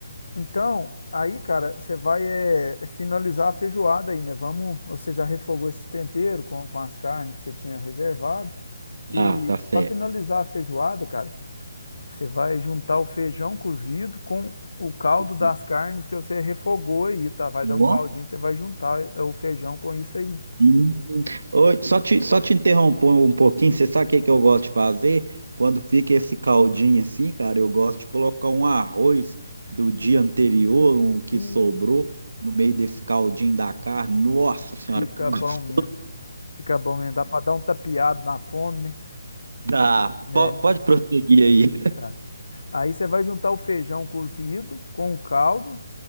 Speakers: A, on the left; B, on the right.
A: então, aí, cara, você vai é, finalizar a feijoada aí, né? Vamos, você já refogou esse tempero com, com as carnes que você tinha reservado, e
B: Ah, tá certo.
A: para finalizar a feijoada, cara, Você vai juntar o feijão cozido com o caldo
B: Uhum.
A: das carnes que você refogou aí, tá? Vai dar um
B: Ó.
A: caldinho, você vai juntar é, o feijão com isso aí.
B: Hum. Oi, só te, só te interrompo um pouquinho. Você sabe o que que eu gosto de fazer? Quando fica esse caldinho assim, cara, eu gosto de colocar um arroz do dia anterior, um que
A: Hum,
B: sobrou, no meio desse caldinho da carne. Nossa senhora,
A: fica
B: que <laughs> gostoso.
A: bom mesmo. Fica bom mesmo. Dá pra dar um tapeado na fome,
B: Tá,
A: né?
B: po- pode
A: É,
B: prosseguir aí.
A: tá. Aí você vai juntar o feijão cozido com o caldo,